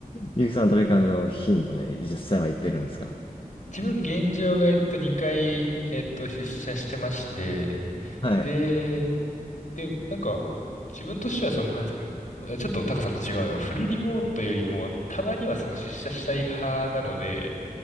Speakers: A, on the left; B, on the left.
A: ゆきさん、どれかの頻度で実際は行ってるんですか
B: 自分現状が、えっと、2回、えっと、出社してまして、
A: はい。
B: で、で、なんか、自分としてはその、なんですか、ちょっとタカさんと違うのは、フルリモートよりも、たまにはその出社したい派なので、